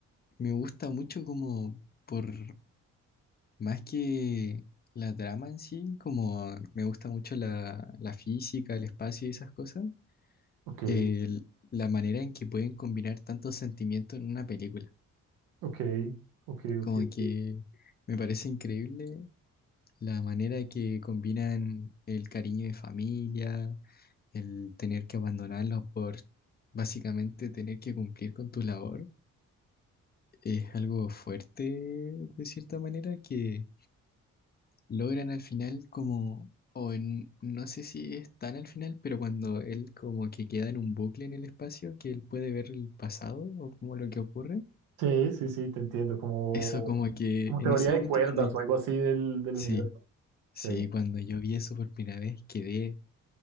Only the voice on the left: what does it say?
me gusta mucho como por más que la trama en sí, como me gusta mucho la, la física, el espacio y esas cosas.
el- la manera en que pueden combinar tantos sentimientos en una película.
Como
que me parece increíble la manera que combinan el cariño de familia, el tener que abandonarlos por básicamente tener que cumplir con tu labor. Es algo fuerte de cierta manera que logran al final como... O en, no sé si es tan al final, pero cuando él como que queda en un bucle en el espacio, que él puede ver el pasado o como lo que ocurre,
Eso como que
en
ese
momento
cuando yo-
sí,
sí, cuando yo vi eso por primera vez quedé